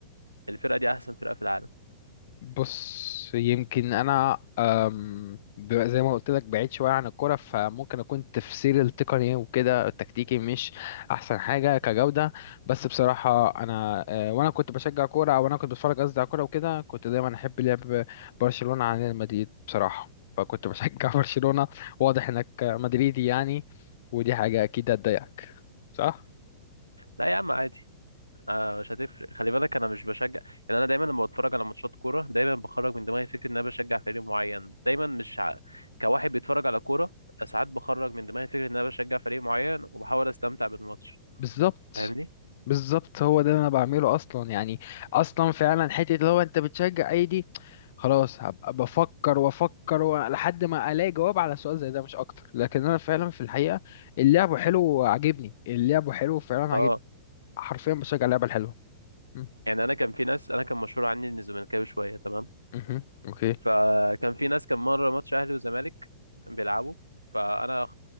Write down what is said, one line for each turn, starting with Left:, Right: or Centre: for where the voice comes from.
Right: الفرقة دي احسن فرقة في العالم
Left: بص يمكن انا أم، ب- زي ما قلت لك بعيد شويه عن الكوره فممكن اكون تفسيري التقني وكده التكتيكي مش احسن حاجه كجوده بس بصراحه انا أه، وانا كنت بشجع كوره او انا كنت بتفرج قصدي على كوره وكده كنت دايما احب لعب برشلونه عن ريال مدريد بصراحه فكنت بشجع <laughs> برشلونه واضح انك مدريدي يعني ودي حاجه اكيد هتضايقك صح
Right: لا يا عم عادي آه مش هتفرق خلي بالك انا مش بشجع يعني انا دايما لما بتفرج على ماتشات كوره دايما بخرج من دماغي فكره ان انا بشجع فريق معين دايما مش ع... كواحد بيتفرج على كوره ساعات بخرج من دماغي فكره ان انا بشجع فريق معين وبحاول استمتع بالماتش
Left: بالظبط
Right: فاهمني
Left: بالظبط هو ده اللي انا بعمله اصلا يعني اصلا فعلا حته اللي هو انت بتشجع اي دي خلاص هبقى بفكر وافكر و- لحد ما الاقي جواب على سؤال زي ده مش اكتر لكن انا فعلا في الحقيقه اللعب حلو وعاجبني اللعب حلو فعلا
Right: اه
Left: عاجبني حرفيا بشجع اللعبه الحلوه م-
Right: يعني انا كان في ناس انا كان مشهور عني اني زملكاوي شويه تمام
Left: مهم. اوكي
Right: فكان في ناس كان مره ماتش اهلي وزمالك بيلعبوا فانا